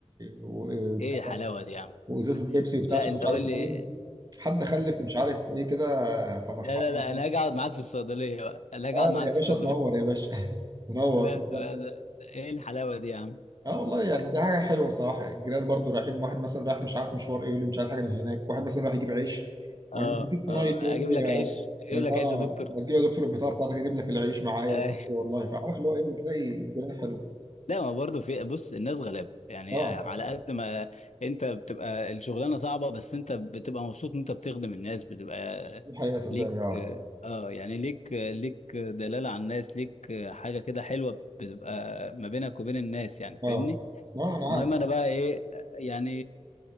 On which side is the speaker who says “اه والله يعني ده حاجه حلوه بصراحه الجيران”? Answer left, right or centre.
Right